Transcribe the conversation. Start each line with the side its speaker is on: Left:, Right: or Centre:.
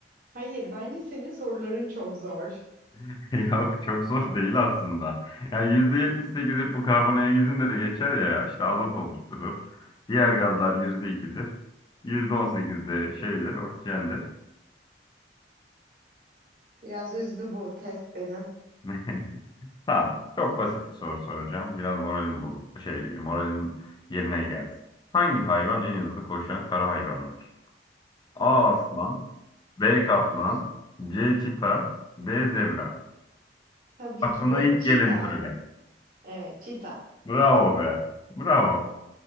Right: Hayır, bence senin soruların çok zor.
Left: <laughs> Yok çok zor değil aslında. Yani %78 hep bu karbon gizinde de geçer ya işte azot oluşturur. Diğer gazlar yüzde Yüzde ikidir. yüzde on sekiz de şeydir, oksijendir.
Right: Biraz üzdü bu test beni.
Left: <laughs> Tamam. Çok basit bir soru soracağım. Biraz moralim bozuldu. Şey, moralin yerine gelsin. Hangi hayvan en hızlı koşan kara hayvanıdır? A aslan, B kaplan,
Right: <laughs>
Left: C çita, D zebra.
Right: Tabii
Left: Aklına
Right: ki de
Left: ilk
Right: çita.
Left: geleni söyle.
Right: Evet, çita.
Left: Bravo be. Bravo.